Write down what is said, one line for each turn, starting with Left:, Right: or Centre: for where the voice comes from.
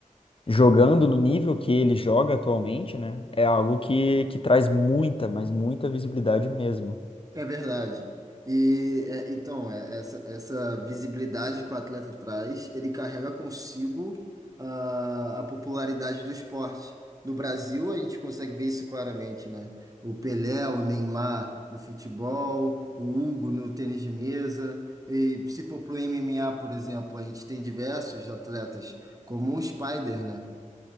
Left: jogando no nível que ele joga atualmente, né? É algo que, que traz muita, mas muita visibilidade mesmo.
Right: É verdade. E é, então, é, essa, essa visibilidade que o atleta traz, ele carrega consigo a, a popularidade do esporte. No Brasil, a gente consegue ver isso claramente, né? O Pelé, o Neymar no futebol, o Hugo no tênis de mesa. E se for pro MMA, por exemplo, a gente tem diversos atletas, como o Spider, né?